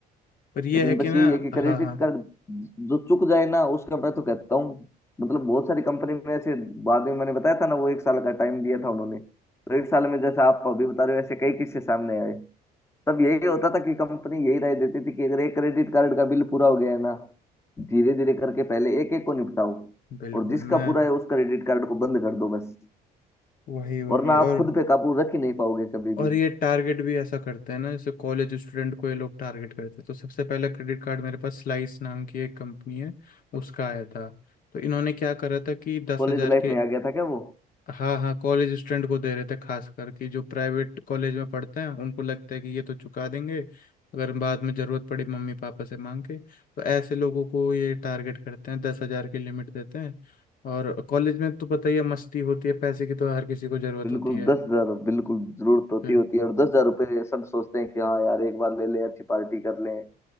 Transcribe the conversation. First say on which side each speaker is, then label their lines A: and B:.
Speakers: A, on the left; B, on the left.
A: पर यह
B: लेकिन
A: है
B: बस
A: कि ना
B: यही है कि क्रेडिट
A: हाँ हाँ
B: कार्ड जो चुक जाए ना उसका मैं तो कहता हूँ मतलब बहुत सारी कंपनी में ऐसे बाद में मैंने बताया था ना वो एक साल का टाइम दिया था उन्होंने तो एक साल में जैसे आप अभी बता रहे हो ऐसे कई किस्से सामने आए तब यही होता था कि कंपनी यही राय देती थी कि अगर एक क्रेडिट कार्ड का बिल पूरा हो गया है ना धीरे धीरे करके पहले एक एक को निपटाओ
A: बिल्कुल
B: और जिसका
A: मैं
B: पूरा है उस क्रेडिट कार्ड को बंद कर दो बस
A: वही
B: वरना
A: वही
B: आप
A: और
B: खुद पे काबू रख ही नहीं पाओगे कभी
A: और
B: भी
A: ये टारगेट भी ऐसा करते हैं ना जैसे कॉलेज स्टूडेंट को ये लोग टारगेट करते हैं तो सबसे पहला क्रेडिट कार्ड मेरे पास स्लाइस नाम की एक कंपनी है उसका आया था तो इन्होंने क्या करा था कि दस
B: कॉलेज
A: हजार
B: लाइफ
A: के
B: में आ गया था क्या वो
A: हाँ हाँ कॉलेज स्टूडेंट को दे रहे थे खास करके जो प्राइवेट कॉलेज में पढ़ते हैं उनको लगता है कि ये तो चुका देंगे अगर बाद में ज़रूरत पड़ी मम्मी पापा से मांग के तो ऐसे लोगों को ये टारगेट करते हैं दस हजार की लिमिट देते हैं और कॉलेज में तो पता ही है मस्ती होती है पैसे की तो हर किसी को ज़रूरत
B: बिल्कुल
A: होती
B: दस हजार बिल्कुल जरूरत होती
A: है
B: होती है और दस हजार रुपये सब सोचते हैं कि हाँ यार एक बार ले लें अच्छी पार्टी कर लें